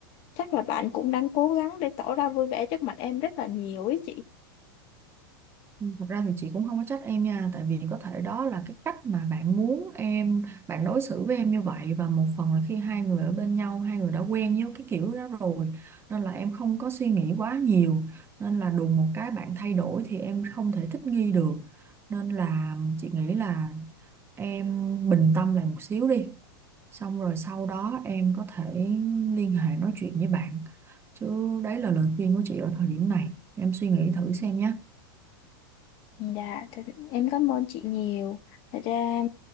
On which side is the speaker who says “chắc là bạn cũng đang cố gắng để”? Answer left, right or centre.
Left